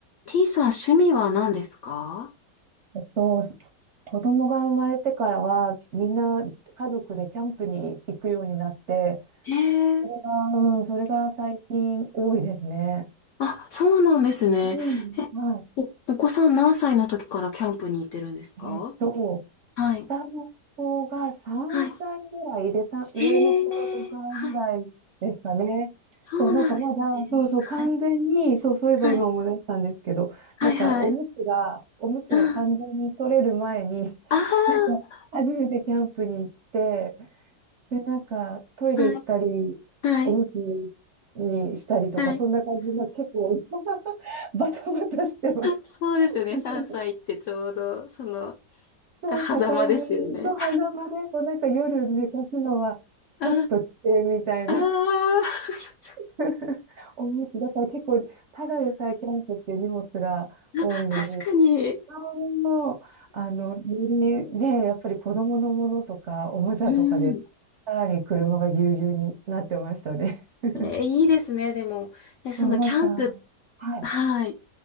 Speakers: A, on the left; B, on the right.
A: T さん趣味は何ですか
B: えっと、子供が生まれてからは、みんな家族でキャンプに行くようになって、
A: へえー。
B: それが、うん、それが最近多いですね。
A: あ、そうなんですね。
B: うん、
A: え、
B: は
A: お、お子さん何歳の時からキャンプに行ってるんですか
B: い。えっと、
A: はい。
B: 下の子が3歳ぐらいで、
A: はい。
B: さん上の子が5歳ぐらいですかね。
A: へえ。はい。そうなんですね。
B: そう、なんかまだ、そうそう、完全に、
A: はい。
B: そう、そういえば今思い出したんですけど、
A: はい。はい。
B: なんかおむつが、
A: はい。
B: おむつが完全に取れる前に、
A: うん。ああ。
B: <laughs> なんか初めてキャンプに行って、で、なんか、トイレ行ったり、
A: はい。はい。
B: おむつにしたりとか、
A: はい。
B: そんな感じで、なんか結構 <laughs> バタバタしてました。
A: そうですよね。
B: <laughs>
A: 3歳ってちょうど、その、
B: そう、
A: が狭間ですよね。
B: 境目と狭間で、こうなんか夜寝かすのは、
A: あ
B: ちょっと危険みたいな。
A: あ。ああ。<laughs>
B: <laughs> おむつ、だから結構、ただでさえキャンプって荷物が多いのに、
A: 確かに。
B: あの、あの、よりね、やっぱり子供のものとか、おもちゃとかで、
A: うん。
B: さらに車がぎゅうぎゅうになってましたね。<laughs>
A: えーいいですね、でも。え、そのキャンプ、
B: もうなんか、はい、
A: はい。